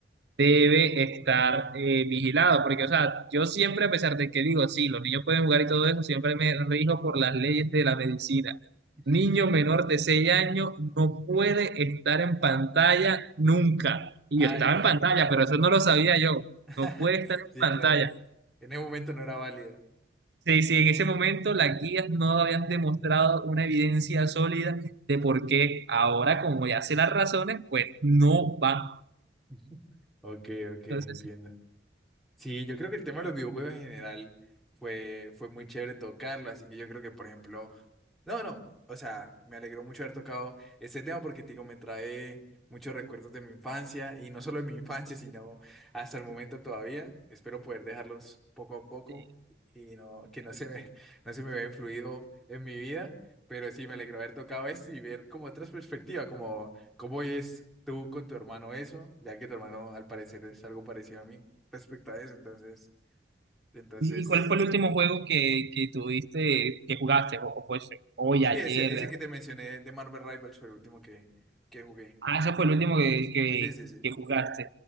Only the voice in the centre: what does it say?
<laughs>
Ah,
ya,
ya.
<laughs>
Sí,
claro. En ese momento no era válido.
<laughs> Ok, ok, entiendo.
Sí, yo creo que el tema de los videojuegos en general fue, fue muy chévere tocarlo, así que yo creo que, por ejemplo, no, no, o sea, me alegró mucho haber tocado este tema porque, te digo, me trae muchos recuerdos de mi infancia y no solo de mi infancia, sino hasta el momento todavía. Espero poder dejarlos poco a poco
y no, que no se me, <laughs> no se me vea influido en mi vida, pero sí, me alegró haber tocado esto y ver como otras perspectivas, como cómo es tú con tu hermano eso, ya que tu hermano al parecer es algo parecido a mí respecto a eso. Entonces, entonces,
sí,
ese, ese que te mencioné de Marvel Rivals fue el último que, que jugué.
Sí, sí, sí.